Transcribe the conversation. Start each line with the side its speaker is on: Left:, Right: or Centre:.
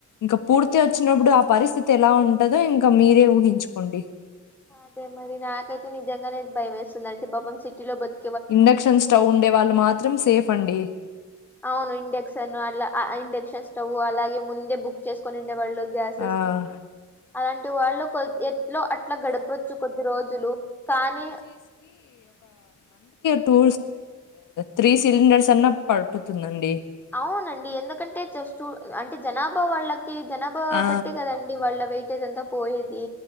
Left: ఇంకా పూర్తి వచ్చినప్పుడు ఆ పరిస్థితి ఎలా ఉంటదో ఇంకా మీరే ఊహించుకోండి
Centre: అదే మరి నాకైతే నిజంగానే భయం వేస్తుంది అంటే పాపం సిటీలో బతు
Left: ఇండక్షన్ స్టవ్ ఉండే వాళ్ళు మాత్రం సేఫ్ అండి
Centre: అవును ఇండెక్షన్ అ ఇండక్షన్ స్టవ్ అలాగే ముందే బుక్ చేసుకొని ఉండేవాళ్ళు గ్యాసెస్
Left: ఆ
Centre: ని అలాంటి వాళ్ళు కొ ఎట్లో అట్లా గడపోచ్చు కొద్ది రోజులు కానీ
Left: టూ త్రీ సిలిండర్స్ అన్నా పడుటుతుందండి
Centre: అవునండి ఎందుకంటే జస్ట్ అంటే జనాభా వాళ్ళకి జనాభా
Left: ఆ!
Centre: బట్టి కదండి వాళ్ళ వెయిట్ దంతా పోయేది